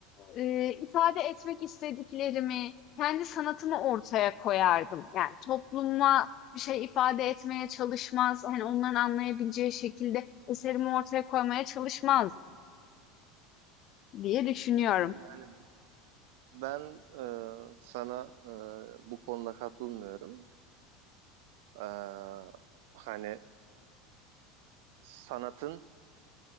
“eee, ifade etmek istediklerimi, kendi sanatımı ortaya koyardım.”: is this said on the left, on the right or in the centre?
Left